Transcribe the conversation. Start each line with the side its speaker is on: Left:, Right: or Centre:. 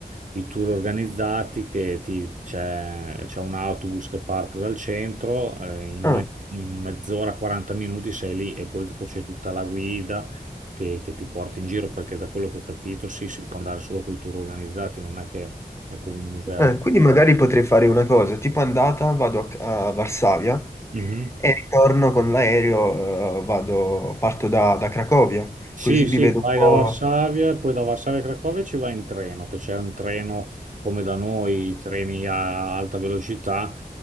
Right: i tour organizzati che ti- c'è c'è un autobus che parte dal centro, eh, in,
Left: Ah.
Right: me- in mezz'ora, 40 minuti sei lì e poi dopo c'è tutta la guida che, che ti porta in giro, perché da quello che ho capito sì, si può andare solo con i tour organizzati, non è che è come un museo.
Left: Eh, quindi magari potrei fare una cosa, tipo andata vado a, a Varsavia
Right: Mhm.
Left: e ritorno con l'aereo, eh, vado, parto da, da Cracovia,
Right: Sì,
Left: così
Right: sì,
Left: li vedo
Right: vai
Left: un po'...
Right: da Varsavia, poi da Varsavia a Cracovia ci vai in treno, che c'è un treno come da noi, i treni a alta velocità,